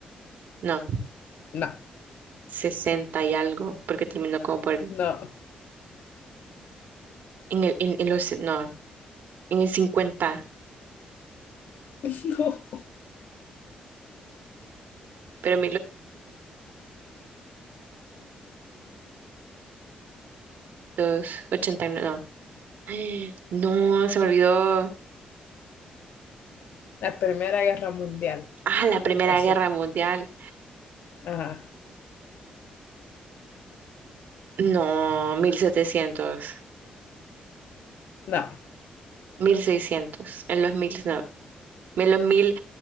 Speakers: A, on the right; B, on the left.
A: No,
B: No,
A: 60 y algo, porque terminó como por... el-
B: no,
A: En el, en, en los... No, en el cincuenta
B: <laughs> no.
A: pero 1840... 1889... No, <gasps> no, se me olvidó.
B: La Primera Guerra Mundial,
A: Ah,
B: ¿cuándo
A: la Primera
B: empezó?
A: Guerra Mundial.
B: Ajá,
A: No, mil setecientos,
B: no,
A: mil seiscientos. en los mil, no, en los mil,